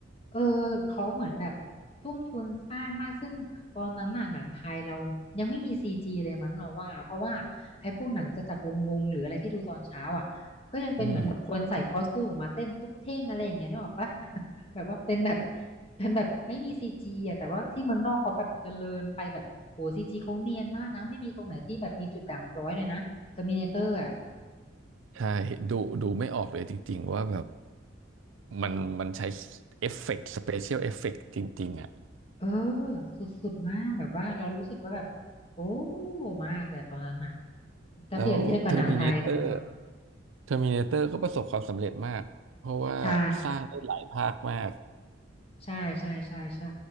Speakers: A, on the left; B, on the right.
A: เออเขาเหมือนแบบทุ่มทุนสร้างมากซึ่งตอนนั้นน่ะหนังไทยเรายังไม่มีซีจีเลยมั้งเราว่าเพราะว่าไอ้พวกหนังจะจักรวงวงหรืออะไรที่ดูตอนเช้าอ่ะก็ยังเป็นเหมือนแบบคนใส่คอสตูมมาเต้นตุ๊บเท่งอะไรอย่างเงี้ยนึกออกปะ
B: อืม
A: <laughs> แบบว่าเป็นแบบเป็นแบบไม่มีซีจีอ่ะแต่ว่าที่เมืองนอกเขาแบบเจริญไปแบบโหซีจีเขาเนียนมากนะไม่มีตรงไหนที่แบบมีจุดด่างพร้อยเลยนะเทอร์มินาเตอร์
B: ใช่ดูดูไม่ออกเลยจริงๆว่าแบบ มันมันใช้เอฟเฟกต์สเปเชียลเอฟเฟกต์จริงๆอ่ะ
A: เออสุดๆมากแบบว่าเรารู้สึกว่าแบบโอ้มากเลยตอนนั้นอ่ะถ้าเปรียบเทียบกับหนังไทยสมัยก่อน
B: แล้วเทอร์มิน t เตอร์เทอร์มินเตอร์ก็ประสบความสำเร็จมากเพราะว่าสร้างได้หลายภาคมาก
A: ใช่ใช่ใช่ใช่ใช่